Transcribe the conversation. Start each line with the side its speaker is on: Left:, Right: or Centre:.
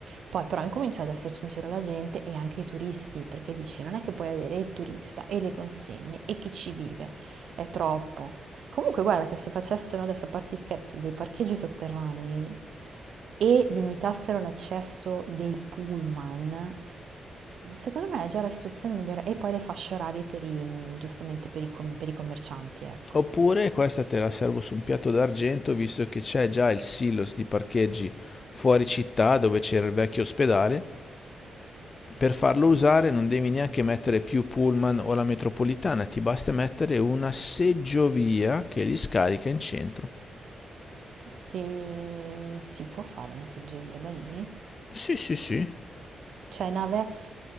Right: Poi però incomincia ad esserci in giro la gente e anche i turisti, perché dici non è che puoi avere il turista e le consegne e chi ci vive, è troppo. Comunque guarda che se facessero adesso, a parte gli scherzi, dei parcheggi sotterranei e limitassero l'accesso dei pullman, secondo me è già la situazione migliore. E poi le fasce orarie per i, giustamente per i com- per i commercianti, ecco.
Left: Oppure questa te la servo su un piatto d'argento, visto che c'è già il silos di parcheggi fuori città dove c'era il vecchio ospedale Per farlo usare non devi neanche mettere più pullman o la metropolitana, ti basta mettere una seggiovia che li scarica in centro.
Right: Si, si può fare una seggiovia da lì?
Left: Sì, sì, sì.
Right: Cioè, nave,